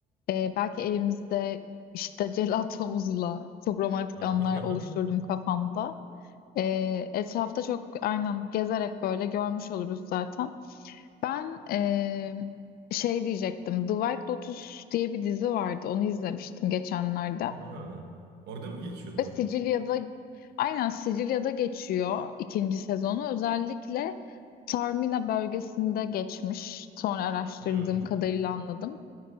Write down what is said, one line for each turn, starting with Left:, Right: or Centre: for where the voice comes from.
Left: e, belki elimizde işte <laughs> celatomuzla çok romantik
Right: <laughs>
Left: anlar oluşturdum kafamda. E, etrafta çok aynen gezerek böyle görmüş oluruz zaten. Ben eee, şey diyecektim. The White Lotus diye bir dizi vardı. Onu izlemiştim geçenlerde.
Right: Ha, orada mı geçiyordu?
Left: Ve Sicilya'da
Right: o?
Left: aynen Sicilya'da geçiyor ikinci sezonu. Özellikle Taormina bölgesinde geçmiş. Sonra araştırdığım
Right: Hmm.
Left: kadarıyla anladım.